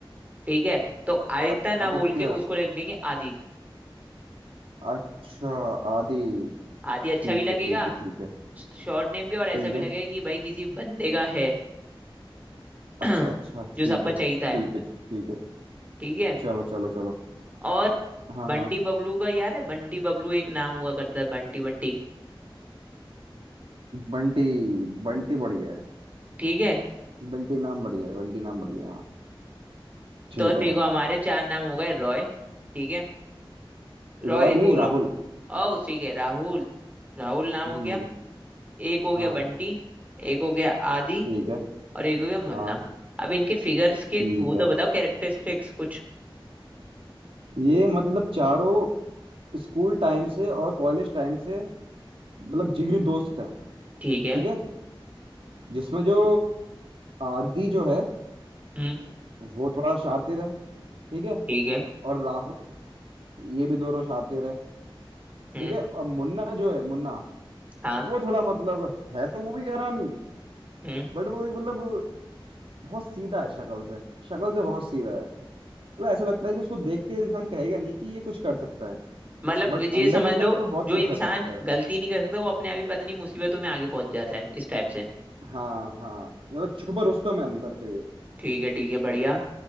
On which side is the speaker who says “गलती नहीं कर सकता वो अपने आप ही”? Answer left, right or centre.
Right